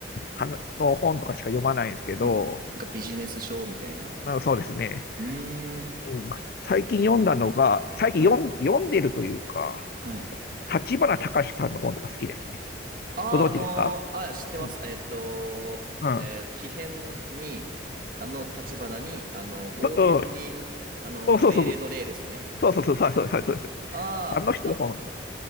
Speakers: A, on the left; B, on the right.
A: はなの本とかしか読まないんですけど、
B: あ、なんかビジネス書みたいな。
A: まあ、そうですね。
B: うーん、
A: うん。最近読んだのが、最近読ん、
B: はい、
A: 読んでるというか、
B: はい。
A: 立花隆さんの本とか好きですね。
B: ああ、
A: ご存知ですか
B: あのーあ、知ってます。
A: うん。
B: えっと、
A: うん。
B: えー、木偏に、あの、立花に、あの、応変に、
A: とうん、
B: あの、
A: おそうそう。
B: 命令の令ですよね。
A: そうそうそう、そうそうそうそうです。
B: ああ、
A: あの人の本。
B: あ、